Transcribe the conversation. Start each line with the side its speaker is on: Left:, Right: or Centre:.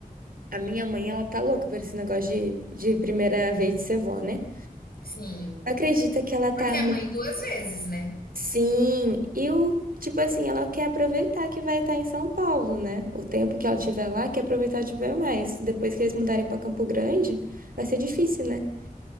Right: A minha mãe, ela tá louca por esse negócio de, de primeira vez de ser vó, né?
Left: Sim.
Right: Acredita que ela tá.
Left: Porque é mãe duas vezes, né?
Right: Sim, eu. Tipo assim, ela quer aproveitar que vai estar em São Paulo, né? O tempo que ela tiver lá, quer aproveitar de ver mais. Depois que eles mudarem pra Campo Grande, vai ser difícil, né?